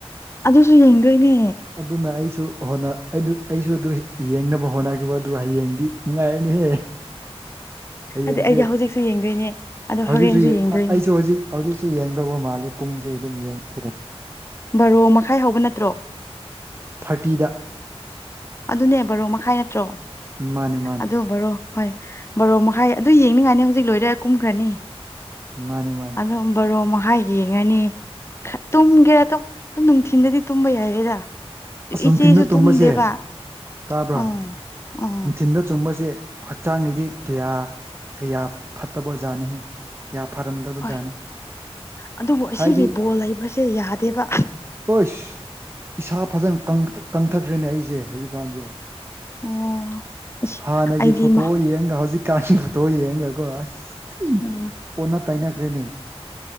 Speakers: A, on the left; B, on the right.
A: ꯑꯗꯨꯁꯨ ꯌꯦꯡꯗꯣꯏꯅꯦ
B: ꯑꯗꯨꯅ ꯑꯩꯁꯨ ꯍꯣꯠꯅ ꯑꯗꯨ ꯑꯩꯁꯨ ꯑꯗꯨ ꯌꯦꯡꯅꯕ ꯍꯣꯠꯅꯒꯦꯕ ꯑꯗꯨ ꯍꯌꯦꯡꯗꯤ ꯅꯨꯡꯉꯥꯏꯔꯅꯤꯍꯦ ꯍꯌꯦꯡꯁꯦ
A: ꯑꯗꯣ ꯑꯩꯗꯤ ꯍꯧꯖꯤꯛꯁꯨ ꯌꯦꯡꯗꯣꯏꯅꯦ ꯑꯗꯣ
B: ꯍꯧꯖꯤꯛꯁꯨ
A: ꯍꯣꯔꯦꯟꯁꯨ
B: ꯌꯦ
A: ꯌꯦꯡꯗꯣꯏꯅꯦ
B: ꯑꯩꯁꯨ ꯍꯧꯖꯤꯛ ꯍꯧꯖꯤꯛꯁꯨ ꯌꯦꯡꯗꯧꯕ ꯃꯥꯜꯂꯦ ꯄꯨꯡꯁꯦ ꯑꯗꯨꯝ ꯌꯦꯡꯕꯗ
A: ꯕꯔꯣ ꯃꯈꯥꯏ ꯍꯧꯕ ꯅꯠꯇ꯭ꯔꯣ
B: ꯊꯥꯔꯇꯤꯗ
A: ꯑꯗꯨꯅꯦ ꯕꯔꯣ ꯃꯈꯥꯏ ꯅꯠꯇ꯭ꯔꯣ
B: ꯃꯥꯅꯦ ꯃꯥꯅꯦ
A: ꯑꯗꯨ ꯕꯔꯣ ꯍꯣꯏ ꯕꯔꯣ ꯃꯈꯥꯏ ꯑꯗꯨ ꯌꯦꯡꯅꯤꯡꯉꯥꯏꯅꯤ ꯍꯧꯖꯤꯛ ꯂꯣꯏꯔ ꯀꯨꯝꯈ꯭ꯔꯅꯤ
B: ꯃꯥꯅꯦ ꯃꯥꯅꯦ
A: ꯑꯗꯨ ꯕꯔꯣ ꯃꯍꯥꯏ ꯌꯦꯡꯉꯅꯤ ꯇꯨꯝꯒꯦꯔ ꯑꯗꯨꯝ ꯅꯨꯡꯊꯤꯟꯗꯗꯤ ꯇꯨꯝꯕ ꯌꯥꯏꯌꯦꯗ
B: ꯑꯁ ꯅꯨꯡꯊꯤꯟꯗ
A: ꯏꯆꯦꯁꯨ
B: ꯇꯨꯝꯕꯁꯦ
A: ꯇꯨꯝꯗꯦꯕ
B: ꯇꯥꯕ꯭ꯔꯥ
A: ꯑꯥ ꯑꯥ
B: ꯆꯤꯟꯗ ꯆꯨꯝꯕꯁꯦ ꯍꯛꯆꯥꯡꯒꯤꯗꯤ ꯀꯌꯥ ꯀꯌꯥ ꯐꯠꯇꯕꯖꯥꯠꯅꯤꯍꯦ ꯀꯌꯥ ꯐꯔꯝꯗ꯭ꯔꯕ
A: ꯍꯣꯏ
B: ꯖꯥꯠꯅꯤ
A: ꯑꯗꯨꯕꯨ ꯑꯁꯤꯒꯤ
B: ꯍꯥꯏꯗꯤ
A: ꯕꯣꯜ ꯂꯩꯕꯁꯦ ꯌꯥꯗꯦꯕ
B: ꯍꯣꯏꯁ ꯏꯁꯥ ꯐꯖꯅ ꯀꯪ ꯀꯪꯊꯈ꯭ꯔꯦꯅꯦ ꯑꯩꯁꯦ ꯍꯧꯖꯤꯛꯀꯥꯟꯁꯦ
A: ꯑꯣ ꯑꯁ
B: ꯍꯥꯟꯅꯒꯤ
A: ꯑꯩꯗꯤ
B: ꯐꯣꯇꯣ
A: ꯃꯥ
B: ꯌꯦꯡꯒ ꯍꯧꯖꯤꯛ ꯀꯥꯟꯒꯤ ꯐꯣꯇꯣ ꯌꯦꯡꯒꯀꯣ ꯑꯁ ꯊꯤ
A: ꯎꯝ
B: ꯑꯣꯟꯅ ꯇꯩꯅꯈ꯭ꯔꯦꯅꯦ